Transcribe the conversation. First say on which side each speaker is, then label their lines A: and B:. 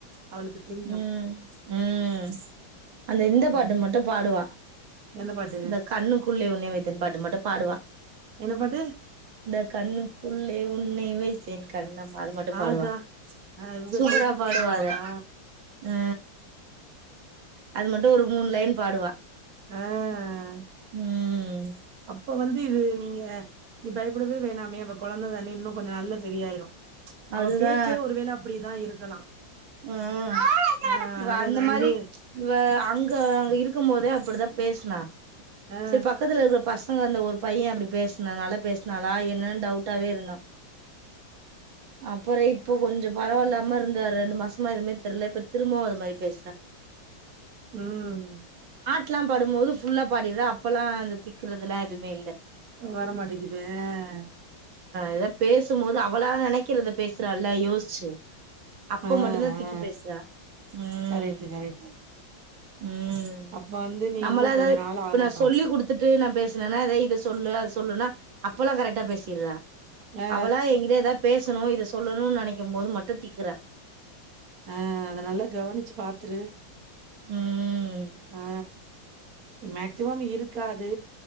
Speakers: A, on the right (about 50°); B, on the right (about 75°).
A: அவளுக்கு தெரியு
B: ம் ம் அந்த இந்த
A: ம்
B: பாட்டு மட்டு பாடுவா.
A: எந்த பாட்டு
B: இந்த கண்ணுக்குள்ளே உன்னை வைத்தேன்னு பாட்டு மட்டு பாடுவா.
A: என்ன பாட்டு
B: இந்த கண்ணுக்குள்ளே உன்னை வை த்தேன் கண்ணம் மா அது மட்டு பாடுவா.
A: ஆகா ஆ இவுக
B: சூப்பரா
A: சைஸுக்கு
B: பாடுவா
A: இந்த பாட்டா
B: அத. ஆ அது மட்டு ஒரு மூணு லைன் பாடுவா.
A: ஆ
B: ம்
A: ப வந்து இது நீங்க நீ பயப்படவே வேணாமே அவ கொழந்ததானே இன்னு கொஞ்ச நாள்ல சரியாயிரு. அவ
B: அதுதா
A: பேச்சே ஒருவேள அப்பிடிதா இருக்கலா.
B: ம்
A: ஆ
B: இவ
A: அதன்
B: அந்த
A: வந்து
B: மாரி இவ ஆ அங்க அங்க இருக்கும் போதே அப்படிதா பேசுனா.
A: ஆ
B: சரி பக்கத்துல இருக்கற பச ங்க அந்த ஒரு பைய அப்படி பேசுனனால பேசுனாளா என்னன்னு டவுட்டாவே இருந்தோ. அப்புற இப்போ கொஞ்சோ பரவால்லா அம்மா இருந்த ரெண்டு மாசமா எதுமே தெர்ல. இப்ப திரும்பவு அது மாரி பேசுறா.
A: ம்
B: ட்லாம் பாடும்போது ஃபுல்லா பாடிர்றா அப்பல்லா அந்த திக்குறதல்லா எதுவுமே இல்ல.
A: வரமாட்டிங்குது ஆ
B: எதா பேசும்போது அவளா நெனைக் கிறத பேசுறால்ல யோசிச்சு அப்ப
A: ஆ
B: மட்டு்ந்தா திக்கி
A: ஆ
B: பேசுறா ம்
A: கரெக்ட்டு கரெக்ட்டு
B: ம்
A: அப்ப வந்து நீ
B: நம்மளா
A: இன்னு
B: எதாவது
A: கொஞ்ச நாள்
B: இப்ப
A: ஆகட்டு
B: நா சொல்லி குடுத்துட்டு நா பேசுனேன்னா அதா இத சொல்லு அத சொல்லுன்னா அப்பெல்லா கரெக்டா பேசிட்றா.
A: ஆ
B: அவளா எங்கிட்ட ஏதாது பேசணு இத சொல்லணுன்னு நெனைக்கும் போது மட்டு தீக்குற
A: ஆ அத நல்லா கவனிச்சு பாத்துரு
B: ம்
A: ஆ மேக்சிமம் இருக்காது